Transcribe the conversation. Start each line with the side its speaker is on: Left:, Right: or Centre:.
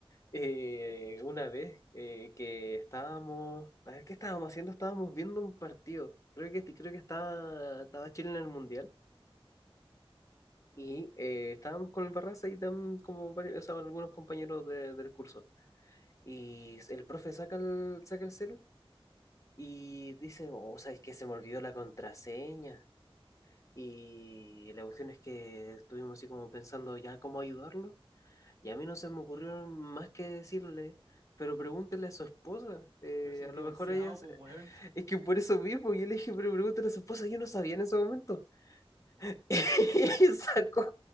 Left: Eh, una vez eh, que estábamos, a ver, ¿qué estábamos haciendo? Estábamos viendo un partido. Creo que, creo que estaba, estaba Chile en el Mundial. Y eh, estábamos con el Barraza y tam- como varios, o sea, algunos compañeros de- del curso. Y el profe saca el, saca el celu y dice, oh, ¿sabes qué? Se me olvidó la contraseña. Y la cuestión es que estuvimos así como pensando ya cómo ayudarlo. Y a mí no se me ocurrió más que decirle, pero pregúntele a su esposa. eh,
Right: Pero si es
Left: a
Right: divorciado,
Left: lo mejor ella... se-
Right: pues weón. <laughs>
Left: Es que por eso mismo, yo le dije, pero pregúntele a su esposa, yo no sabía en ese momento. <laughs> Y sacó,